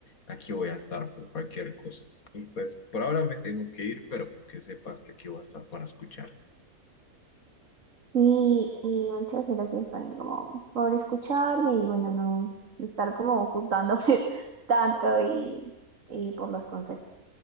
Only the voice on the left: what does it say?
aquí voy a estar por cualquier cosa. Y pues por ahora me tengo que ir, pero que sepas que aquí voy a estar para escucharte.